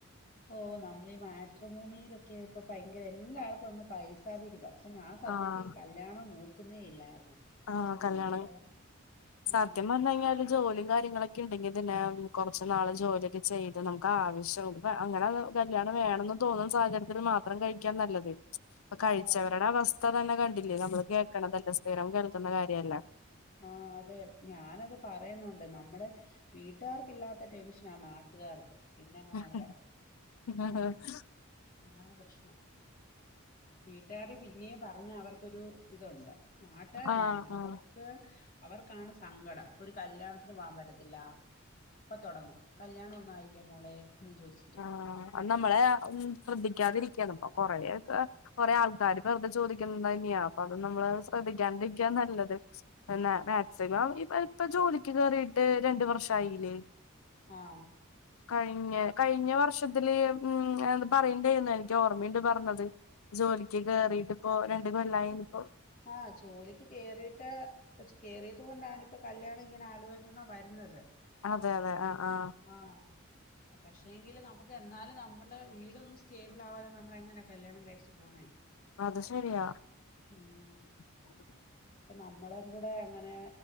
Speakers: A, on the left; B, on the left.
A: ഓഹ് നമ്മളീ ഈ മാട്രിമോണിയിലൊക്കെ ഇപ്പ ഭയങ്കര എല്ലായിടത്തും അങ്ങ് പൈസാ പിരിവാ ഇപ്പം ഞാൻ സത്യത്തിൽ
B: ആഹ്
A: ഈ കല്യാണം നോക്കുന്നേ ഇല്ലായിരുന്നു
B: ആഹ്
A: പിന്നെ
B: കല്യാണം
A: വീട്ടുകാർ
B: സത്യം
A: ആ അന്നേരം
B: പറഞ്ഞ് കഴിഞ്ഞാല് ജോലിയും കാര്യങ്ങളൊക്കെ ഉണ്ടെങ്കിൽ തന്നെ കുറച്ചു നാള് ജോലിയൊക്കെ ചെയ്ത് നമുക്ക് ആവശ്യം അങ്ങനെ കല്യാണം വേണന്ന് തോന്നുന്ന സാഹചര്യത്തിൽ മാത്രം കഴിക്കാൻ നല്ലത് അപ്പൊ കഴിച്ചവരുടെ
A: ആ
B: അവസ്ഥ തന്നെ കണ്ടില്ലേ നമ്മള് കേൾക്കണതല്ലേ സ്ഥിരം കേൾക്കുന്ന കാര്യല്ലേ
A: ആഹ് അതെ ഞാനത് പറയുന്നുണ്ട് നമ്മടെ വീട്ടുകാർക്ക് ഇല്ലാത്ത ടെൻഷനാ നാട്ടുകാർക്ക് പിന്നെങ്ങനാന്ന്
B: ഉ
A: പറ.
B: ഉ <inaudible>
A: അതാണ് പ്രശ്നം വീട്ടുകാര് പിന്നെയും പറഞ്ഞ അവർക്കൊരു ഇതുണ്ട് നാട്ടുകാര്
B: ആഹ്
A: അങ്ങനല്ല അവർക്ക്
B: ആഹ്
A: അവർക്കാണ് സങ്കടം ഒരു കല്യാണത്തിന് പോകാൻ പറ്റത്തില്ല അപ്പൊ തൊടങ്ങും കല്യാണം ഒന്നും ആയില്ലേ മോളെ എന്ന് ചോദിച്ചിട്ട്
B: ആഹ് നമ്മളെ ശ്രദ്ധിക്കാതിരിക്കണം പ്പൊ കൊറ ഒക്കെ കൊറെ ആൾക്കാര് വെറുതെ ചോദിക്കുന്നത് തന്നെയാ അപ്പൊ അത് നമ്മള് ശ്രദ്ധിക്കാണ്ടിരിക്ക നല്ലത് എന്നാ മാക്സിമം ഇപ്പ ജോലിക്ക് കേറിട്ട് രണ്ടു വർഷം ആയില്ലേ
A: ആഹ്
B: കഴിഞ്ഞ കഴിഞ്ഞ വർഷത്തില് ഉം എഹ് പറയണ്ടായിരുന്നു എനിക്ക് ഓർമ്മയുണ്ട് പറഞ്ഞത് ജോലി ക്ക് കേറിട്ട്
A: ആ,
B: ഇപ്പോ രണ്ടു കൊല്ലാ യി ഇപ്പോ
A: ആഹ് ജോലിക്ക് കേറിയിട്ട് പ കേറിയത് കൊണ്ടാണ് ഇപ്പൊ കല്യാണം ഇങ്ങനെ ആലോചന വരുന്നത്
B: അതെ അതെ ആ ആ
A: ആഹ് പക്ഷെങ്കും നമുക്ക് എന്നാലും നമ്മളുടെ വീടന്ന സ്റ്റേബിൾ ആവാതെ നമ്മള എങ്ങനെയെക്കെ കല്യാണം കഴിച്ചച്ച് പോുന്നേ
B: അത് ശെരിയാ
A: ഉം
B: <inaudible>
A: അപ്പൊ നമ്മളും കൂടെ അങ്ങനെ